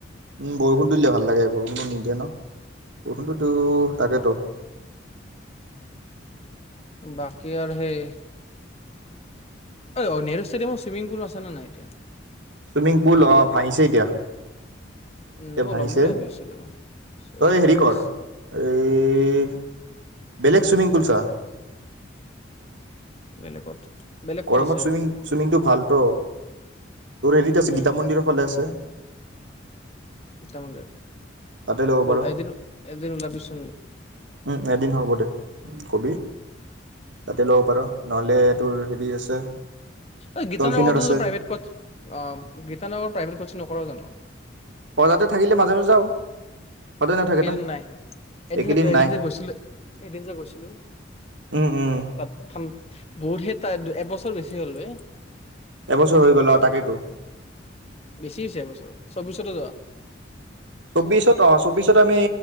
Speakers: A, on the right (about 75°); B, on the left (about 30°).
A: উম বৰষুণটো দিলে ভাল লাগে বৰষুণটো নিদিয়ে ন। বৰষুণটোতো তাকেতো।
B: বাকী আৰু সেই। ঐ অ নেহৰু ষ্টেডিয়ামৰ চুইমিং পুল আছেনে নাই এতিয়া?
A: চুইমিং পুল অঁ ভাঙিছে এতিয়া।
B: উম,
A: এতিয়া
B: মই
A: ভাঙিছে।
B: ল'ম বুলি ভাবিছিলো চুইমিং
A: তই হেৰি
B: ক্লাছেছ
A: কৰ এই বেলেগ চুইমিং পুল কাহ।
B: বেলেগত। বেলেগ ক'ত
A: গৰমত
B: আছে
A: চুইমিং
B: আৰু
A: চুইমিংটো ভালতো। তোৰ হেৰিত আছে
B: উম,
A: গীতা মন্দিৰৰ ফালে আছে।
B: গীতা মন্দিৰ।
A: তাতে ল'ব
B: ব'ল
A: পাৰ <inaudible>
B: এদিন এদিন ওলাবিচোন
A: উম এদিন হ'ব দে কবি তাতে ল'ব পাৰ নহলে এই তোৰ হেৰি আছে।
B: ঐ গীতানগৰতো
A: ডলফিনত আছে
B: প্ৰাইভেট অ গীতানগৰ প্ৰাইভেট কছ নকৰ জানো
A: অ' তাতে থাকিলে মাজে মাজে যাওঁ সদায় নাথাকে
B: এইকেইদিন
A: না
B: নাই এদিন
A: এইকেইদিন
B: যে গৈ এদিন
A: নাই
B: যে গৈছিলো এদিন যে গৈছিলো
A: উম উম
B: তাত ঠাণ্ড বহুত সেই তাই এবছৰ বেছি হ'ল বে
A: এবছৰ হৈ গল অ তাকেইতো
B: বেছি হৈছে এবছৰ চব্বিশতে যোৱা
A: চৌব্বিশত অ চৌব্বিশত আমি